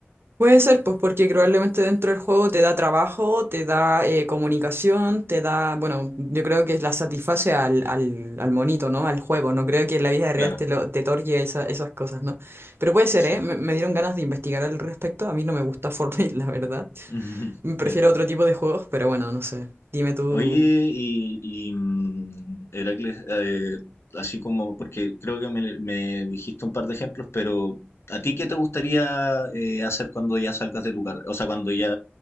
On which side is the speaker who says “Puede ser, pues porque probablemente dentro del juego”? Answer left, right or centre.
Right